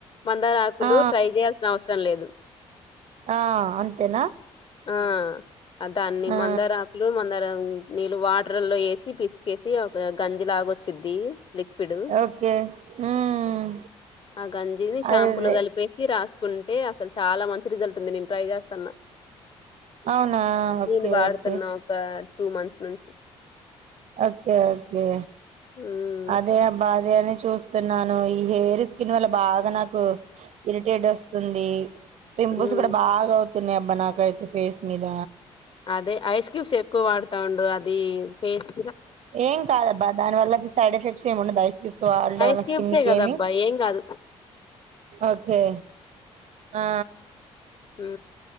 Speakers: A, on the left (about 40°); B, on the right (about 65°).
A: మందారాకులు
B: ఆ
A: ట్రై చేయాల్సిన అవస్ <unintelligible> లేదు
B: ఆ అంతేనా
A: ఆ అ దాన్ని
B: ఆ
A: మందారకులు మందార వూ నీళ్ళు వాటర్ లో ఏసి తీసి పిసికేసి ఒక గంజి లాగ వచ్చిద్ది లిక్విడ్
B: ఓకే మ్మ్
A: ఆ గంజిని షాంపూలో
B: అదే అదే
A: కలిపేసి రాసు కుంటే అస్సలు చాలా మంచి రిజల్ట్ ఉంది నేను ట్రై చేస్తన్నా
B: అవునా ఓకే
A: నేను వాడతన్నా
B: ఓకే
A: ఒక టూ మంత్స్ నుంచి
B: ఒకే ఒకే
A: హ్మ్
B: అదే అబ్బా అదే అని చూస్తున్నాను ఈ హెయిర్ స్కిన్ వల్ల బాగా నాకు ఇరిటేట్ వస్తుంది పింపుల్స్
A: హ్మ్
B: కూడా బాగా వొ త్తున్నాయ్ అబ్బా నాకయితే ఫేస్ మీద
A: అదే ఐస్ క్యూబ్స్ ఎక్కువ వాడతా ఉండు అది ఫేసు
B: ఏం కాదబ్బా దాని వల్ల సైడ్ ఎఫెక్ట్స్ ఏముండదు ఐస్ క్యూబ్స్ వాడడం
A: ఐస్
B: వల్ల
A: క్యూబ్సే
B: స్కిన్ కి
A: కదబ్బా
B: ఏమి
A: ఏం కాదు.
B: ఓకే ఆ
A: ఊ